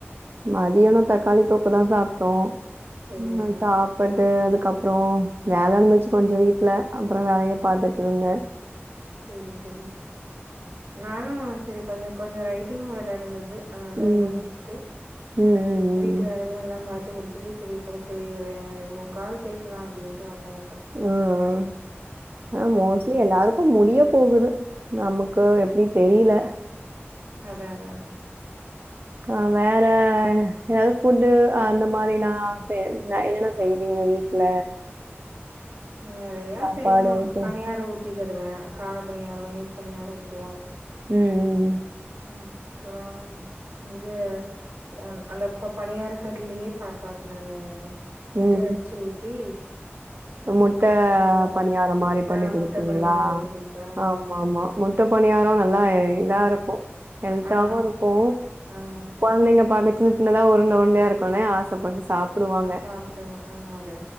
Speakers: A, on the right; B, on the right.
A: மதியானோ தக்காளி தொக்கு தா சாப்ட்டோ <unintelligible>
B: செரியாக்கா
A: பட்டு அதுக்கப்றோ வேல இருந்ச்சு கொஞ்ச வீட்ல அப்றோ வேலைய பாத்துட்டிருந்தே <inaudible>
B: சேரி சேரி நானு செரி கொஞ்சோ கொஞ்சோ ரைட்டிங் வேல இருந்தது அதுனால
A: ம்.
B: அதெல்லா முடிச்சுட்டு
A: ம் ம்
B: வீட்டு வேலைகள்லா பாத்து முடிச்சுட்டு சரி இப்பதா செரி ஒரு ரெண்டு மூணு கால் பேசலா அப்டின்ட்டு வந்தே
A: ம் ம் ஆனா மோஸ்ட்லி
B: ம்
A: எல்லாருக் கு முடிய போகுது நமக்கு எப்டின் தெரில
B: அதா அதா அதா
A: நா வேற எதாது ஃபுட்டு அந்த மாரினா செய் ன என்னென்ன செய்வீங்க வீட்ல
B: ம் நெறையா
A: சாப்பாடு
B: செய்வோ
A: ஐட்டம்
B: பணியாரோ ஊத்தி தருவ கார பணியாரோ இனிப்பு பணியாரோ ஊத்துவோ
A: ம் ம் ம்
B: ம் அப்புறோ இந்தது அ அந்த ப பணியார கல்லியே பாப்பாக்கு நானு
A: ம்
B: முட்டய அடிச்சு ஊத்தி
A: முட்ட
B: போட்டு குடுத்துருவ
A: பணியாரோ மாரி பண்ணி
B: ஆ
A: குடுப்பீங்ளா
B: முட்ட பணியார எடுத்து குடுத்த ஆமா
A: மாவு ஆமா முட்ட பணியாரோ நல்லா இதா இருக்கு ஹெல்தாவு
B: ஆ
A: இருக்கு
B: ஆமா
A: கொழந்தைங்க பாக்க சின்ன சின்னதா உருண்ட உருண்டையா இருக்கோனே ஆசப்பட்டுஸ் சாப்புடுவாங்க
B: அ சாப்டுங்க ஆமாக்கா